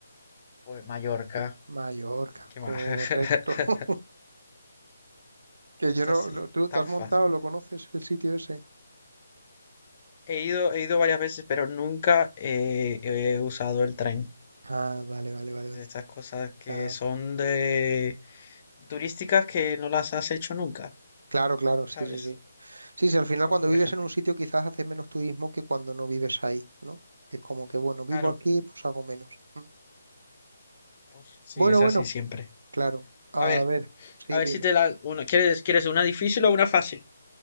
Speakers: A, on the left (about 35°); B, on the right (about 75°).
A: Pues Mallorca.
B: Mallorca,
A: ¿Qué
B: correcto.
A: más? <laughs>
B: <laughs> Que
A: Esta
B: yo no,
A: sí,
B: no- ¿Tú te
A: tan
B: has
A: fácil.
B: montado? ¿Lo conoces el sitio ese?
A: He ido, he ido varias veces, pero nunca eh, he usado el tren.
B: Ah, vale, vale, vale,
A: De
B: vale.
A: estas cosas que
B: Ah,
A: son de turísticas que no las has hecho nunca,
B: claro, claro, sí,
A: ¿sabes?
B: sí, sí. Sí, sí, al final
A: Como
B: cuando
A: por
B: vives
A: ejemplo.
B: en un sitio quizás haces menos turismo que cuando no vives ahí, ¿no? Que es como que, bueno, vivo
A: Claro,
B: aquí, pues hago menos. Mm.
A: pues sí,
B: Bueno,
A: es
B: bueno,
A: así siempre.
B: claro. A
A: A ver,
B: ver, sí,
A: a ver
B: dime.
A: si te la... Una, ¿quieres, quieres una difícil o una fácil?